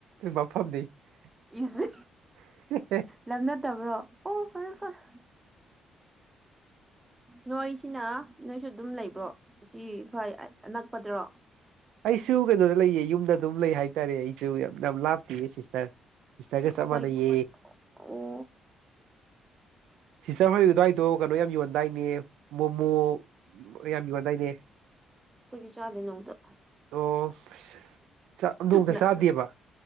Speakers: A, on the right; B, on the right.
A: ꯃꯐꯝꯗꯤ
B: ꯏꯁ
A: <inaudible>
B: ꯂꯝ ꯅꯠꯇꯕ꯭ꯔꯣ ꯑꯣ ꯐꯔꯦ ꯐꯔ ꯅꯣꯏꯁꯤꯅ ꯅꯣꯏꯁꯨ ꯑꯗꯨꯝ ꯂꯩꯕ꯭ꯔꯣ ꯁꯤ ꯐꯩ ꯑꯅꯛꯄꯗ꯭ꯔꯣ
A: ꯑꯩꯁꯨ ꯀꯩꯅꯣꯗ ꯂꯩꯌꯦ ꯌꯨꯝꯗ ꯑꯗꯨꯝ ꯂꯩ ꯍꯥꯏꯇꯥꯔꯦ ꯑꯩꯁꯨ ꯌꯥꯝ ꯌꯥꯝ ꯂꯥꯞꯇꯦꯌꯦ ꯁꯤꯁꯇꯔ ꯏꯁꯇꯒ ꯁꯃꯅꯌꯦ
B: ꯑꯩꯈꯣꯏ ꯑꯣ
A: ꯁꯤꯁꯇꯔ ꯍꯣꯏ ꯑꯗꯨꯋꯥꯏꯗꯣ ꯀꯩꯅꯣ ꯌꯥꯝ ꯌꯣꯟꯗꯥꯏꯅꯦ ꯃꯣꯃꯣ ꯌꯥꯝ ꯌꯣꯟꯗꯥꯏꯅꯦ
B: ꯍꯧꯣꯏꯗꯤ ꯆꯥꯗꯅꯧꯗ
A: ꯑꯣ ꯑꯁ ꯅꯗꯣꯡꯇ
B: ꯅ-
A: ꯆꯥꯗꯦꯕ